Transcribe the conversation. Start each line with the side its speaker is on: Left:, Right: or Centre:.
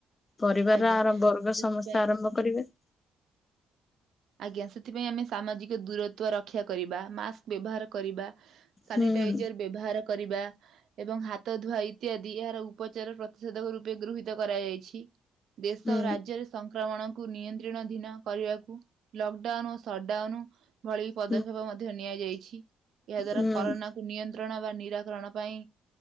Left: ପରିବାର
Right: ଆଜ୍ଞା
Left: ଆର ବର୍ଗ
Right: ସେଥିପାଇଁ
Left: ସମସ୍ତେ ଆରମ୍ଭ କରିବେ।
Right: ଆଜ୍ଞା ସେଥିପାଇଁ ଆମେ ସାମାଜିକ ଦୂରତ୍ଵ ରକ୍ଷା କରିବା, ମାସ୍କ ବ୍ୟବହାର କରିବା। ସାନିଟାଇଜର।
Left: ହୁଁ।
Right: ବ୍ୟବହାର କରିବା। ଏବଂ ହାତ ଧୁଆ ଇତ୍ୟାଦି। ଏହାର ଉପଚାର ପ୍ରତିଷେଧକ ରୂପେ ଗୃହୀତ କରାଯାଇଛି। ଦେଶ
Left: ହୁଁ
Right: ଓ ରାଜ୍ୟରେ ସଂକ୍ରମଣକୁ ନିୟନ୍ତ୍ରୀଣଧୀନ କରିବାକୁ ଲକଡାଉନ୍ ଓ ସଡାଉନ୍ ଭଳି ପଦକ୍ଷେପ
Left: ହୁଁ
Right: ମଧ୍ୟ ନିଆଯାଇଛି। ଏହା ଦ୍ଵାରା
Left: ହୁଁ
Right: କରୋନା କୁ ନିୟନ୍ତ୍ରଣ ବା ନିରାକରଣ ପାଇଁ